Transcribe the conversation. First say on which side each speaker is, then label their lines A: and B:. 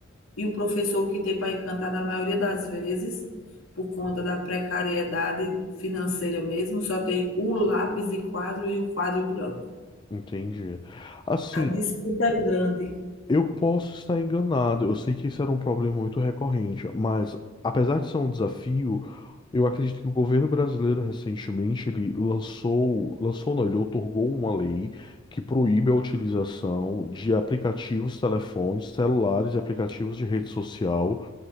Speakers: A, on the left (about 70°); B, on the left (about 20°).
A: E o professor que tem para encantar, na maioria das vezes, por conta da precariedade financeira mesmo, só tem o lápis de quadro e o quadro branco.
B: Entendi. Assim,
A: A disputa é grande.
B: Eu posso estar enganado, eu sei que isso era um problema muito recorrente, mas apesar de ser um desafio, eu acredito que o governo brasileiro recentemente ele lançou, lançou não, ele outorgou uma lei que proíbe a utilização de aplicativos, telefones, celulares e aplicativos de rede social